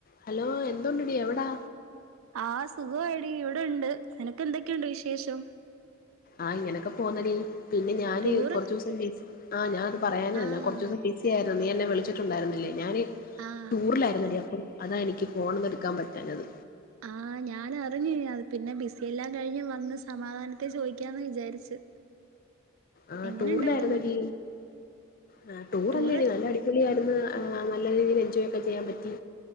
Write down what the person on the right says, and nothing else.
ആ സുഖമായിട ഇവിടെണ്ട് നിനക്ക് എന്തൊക്കെയുണ്ട് വിശേഷം
ടൂറ്
ആഹ്
ആഹ്
ആഹ ഞാൻ അറിഞ്ഞു അത് പിന്നെ ബിസി എല്ലാം കഴിഞ്ഞ് വന്ന് സമാധാനത്തെ ചോദിക്കാന്ന് വിചാരിച്ചു
എങ്ങനെ
ഉണ്ടായിരുന്നു
ടൂറ്